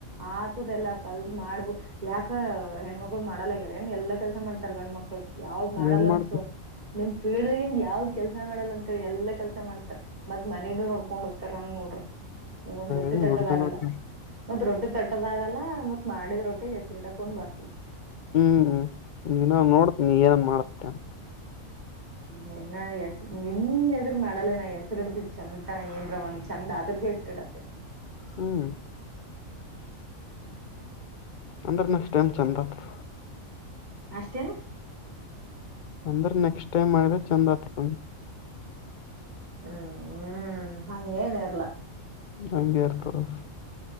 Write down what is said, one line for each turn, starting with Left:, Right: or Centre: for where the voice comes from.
Right: ಆತದೆಲ್ಲಾ ಕಲ್ತ್ ಮಾಡ್ಬು ಯಾಕ ಹೆಣ್ಮಕ್ಳು ಮಾಡಲ್ಲ ಗ್ಯಾರ ಏನ್ ಎಲ್ಲಾ ಕೆಲಸ ಮಾಡ್ತಾರ್ ಗಂಡ ಮಕ್ಕಳ ಯಾವ್ದ್ ಮಾಡಲ್ಲ
Left: ಏನ್ ಮಾಡ್ತಿ
Right: ಅಂತ ಹೇಳ್ ನಿಮ್ ಫೀಡ್ಗಿಂದ್ ಯಾವ್ದ್ ಕೆಲಸ ಮಾಡಲ್ಲ ಅಂತ ಎಲ್ಲಾ ಕೆಲಸ ಮಾಡ್ತಾರಾ ಮತ್ ಮನೆನು ನೋಡ್ಕೊಂಡ್ ಹೋಗ್ತಾರ ಹಂಗ್ ನೋಡ್ರಿ ನಿಮಗ್ ಒಂದ್ ರೊಟ್ಟಿ
Left: ಏನ್
Right: ತಟ್ಟದ
Left: ನೋಡ್ಕೊಂಡ
Right: ಆಗಲ್ಲ. ಮತ್ ರೊಟ್ಟಿ ತಟ್ಟದಾಗಲ್ಲ ಮತ್ ಮಾಡಿದ ರೊಟ್ಟಿ ಹೆಸರಿಡಕ್ ಕುಂದ್ ಬರ್ತದೆ.
Left: ಹ್ಮ್ ದಿನ ನೋಡ್ತನಿ ಏನೇನ್ ಮಾಡತ್ತೀಯಾ ಅಂತ.
Right: ನಿನ್ನ ಹೆಸ್ ನಿನ್ ಎದುರು ಮಾಡಲ್ಲೇ ನಾ ಹೆಸರಿ ಇಡ್ತಿದ್ ಚಂದನ ಏನ್ ಒಂದ್ ಚಂದ ಆದ್ರ ಬಿಸ್ ಕ್ರೀಡತೆ
Left: ಹ್ಮ್
Right: <unintelligible>
Left: ಅಂದ್ರೆ ನೆಕ್ಸ್ಟ ಟೈಮ್ ಚಂದ ಬರತದ
Right: ಅಷ್ಟೇನ್
Left: ಅಂದ್ರ್ ನೆಕ್ಸ್ಟ್ ಟೈಮ್ ಮಾಡಿದ ಚಂದ ಆತಕ್
Right: ಹ್ಮ್ ಹ್ಮ್ ಹಂಗೇನ್ ಇರಲ್ಲ
Left: ಹಂಗೆ ಇರತದ್